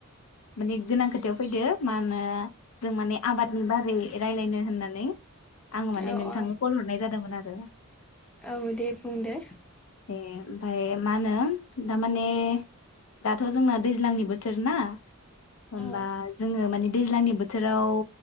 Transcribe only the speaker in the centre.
औ
औ
औ दे बुंदो
औ